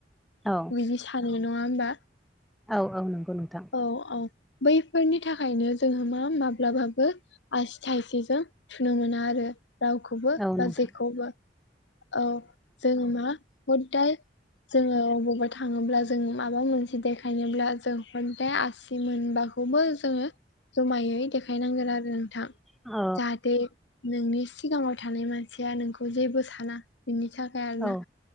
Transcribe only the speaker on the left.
बिदि सानो नङा होमबा?
औ औ। बैफोरनि थाखायनो जोंहा मा माब्लाबाबो आसि थाइसेजों थुनो मोना आरो रावखौबो
बा
जेखौबो। औ जों मा हदाय जोङो बबावबा थाङोब्ला जों माबा मोनसे देखायनोब्ला जों हदाय आसि मोनबा खौबो जोङो जमायै देखायनांगोन आरो नोंथां
जाहाथे नोंनिस सिगाङाव थानाय मानसिया नोंखौ जेबो साना बेनि था आरोना